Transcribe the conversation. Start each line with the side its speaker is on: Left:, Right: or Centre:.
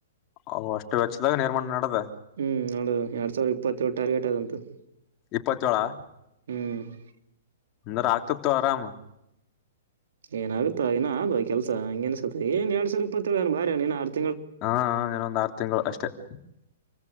Left: ಅ್ ಅಷ್ಟು ವೆಚ್ಚದಾಗ ನಿರ್ಮಾಣ ನಡೆದೆ <inaudible>
Right: ಹ್ಮ್ ನೋಡ ಎರಡ್ ಸಾವಿರದ ಇಪ್ಪತ್ತೇಳಳು ಟಾರ್ಗೆಟ್ ಆದದಂತೂ <inaudible>
Left: ಇಪ್ಪತ್ತೋೇಳ <inaudible>
Right: ಹ್ಮ್ <inaudible>
Left: ಅಂದ್ರ ಆಗ್ತತ್ತು ಆರಾಮ <inaudible>
Right: ಏನಾಗುತ್ತ ಇನ ಅ ಕೆಲಸ ಹಂಗ ಅನ್ಸುತ್ತೆ ಏನ್ ಎರಡ್ ಸಾವಿರ ಇಪ್ಪತ್ತೇಳ ಬಾರೆ <inaudible>
Left: ಹಾ ಇನೊಂದ್ ಆರು ತಿಂಗಳು ಅಷ್ಟೆ <inaudible>